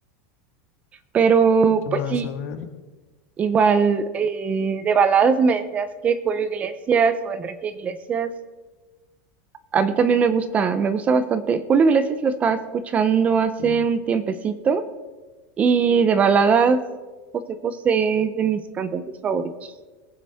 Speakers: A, on the right; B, on the left.
A: Pero,
B: ¿Qué
A: pues
B: más?
A: sí,
B: A ver.
A: igual eh, de baladas me decías que Julio Iglesias o Enrique Iglesias, a mí también me gusta, me gusta bastante. Julio Iglesias lo estaba escuchando hace
B: Sí.
A: un tiempecito y de baladas, José José es de mis cantantes favoritos.